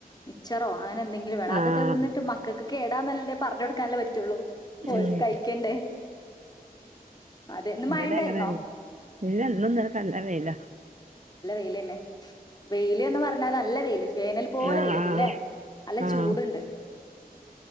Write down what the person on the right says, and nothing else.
ആഹ്
ഉം
ഇവടെ
അങ്ങനെല്ല പിന്നെഇന്നുന്നലക്കല്ല വെയില.
ആഹ്
ആഹ്